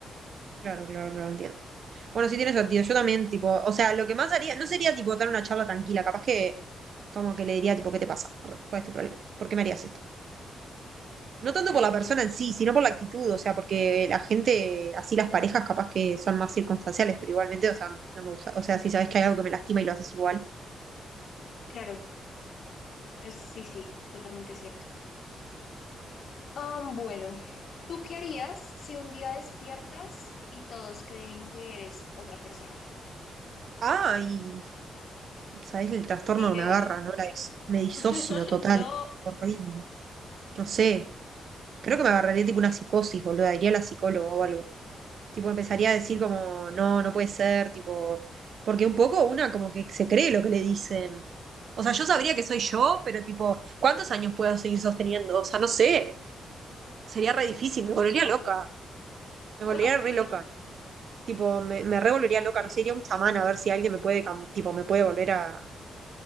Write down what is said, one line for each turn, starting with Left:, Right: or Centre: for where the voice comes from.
Right: claro, claro, claro, entiendo. Bueno, sí tiene sentido. Yo también, tipo, o sea, lo que más haría, no sería tipo dar una charla tranquila, capaz que como que le diría, tipo, ¿qué te pasa? Arre, ¿Cuál es tu problema? ¿Por qué me harías esto? No
Left: Ok,
Right: tanto por la
Left: ok.
Right: persona en sí, sino por la actitud, o sea, porque la gente, así las parejas capaz que son más circunstanciales, pero igualmente, o sea, no me gusta. O sea, si sabes que hay algo que me lastima y lo haces igual.
Left: Claro, es, sí, sí, totalmente cierto. Ah, bueno. ¿Tú qué harías si un día despiertas y todos creen que eres otra persona?
Right: Ah, y sabes el trastorno
Left: Sí, feo,
Right: que me agarra,
Left: ¿no?
Right: ¿no? La dis- me disocio
Left: <laughs> Ay,
Right: total.
Left: no.
Right: Horrible. No sé,
Left: <laughs>
Right: creo que me agarraría tipo una psicosis, boludo, iría a la psicóloga o algo. Tipo, empezaría a decir como, no, no puede ser, tipo, porque un poco una como que se cree lo que le dicen. O sea, yo sabría que soy yo, pero tipo, ¿cuántos años puedo seguir sosteniendo? O sea, no sé, sería re difícil, me volvería loca, me volvería
Left: Ok,
Right: re loca. Tipo, me, me re volvería
Left: ok,
Right: loca,
Left: ok.
Right: no sé, iría a un chamán a ver si alguien me puede, cam- tipo, me puede volver a,